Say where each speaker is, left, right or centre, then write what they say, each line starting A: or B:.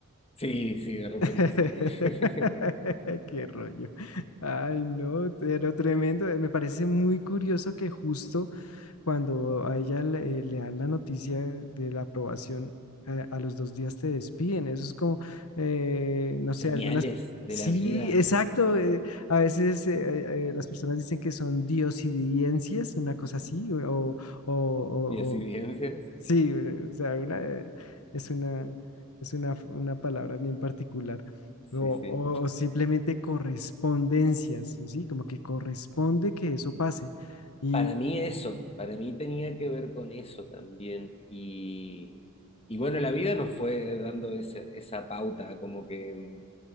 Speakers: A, on the left; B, on the left.
A: Sí, sí, de repente
B: <laughs>
A: sí. <laughs>
B: Qué rollo. Ay, no, pero tremendo. Eh, Me parece muy curioso que justo cuando a ella le, eh, le dan la noticia de la aprobación, eh, a los dos días te despiden. Eso es como, eh, no
A: Señales
B: sé, algunas...
A: de
B: Sí,
A: la vida.
B: exacto. eh, a veces eh, eh, las personas dicen que son diosidencias, una cosa así, o, o, o,
A: Y evidencias.
B: Sí, eh, o sea, una, eh, es una, es una, una palabra bien particular.
A: Sí,
B: O, o-
A: sí.
B: o simplemente correspondencias, ¿sí? Como que corresponde que eso pase. Y
A: Para mí eso, para mí tenía que ver con eso también. Y, y bueno, la vida nos fue dando esa, esa pauta, como que mm,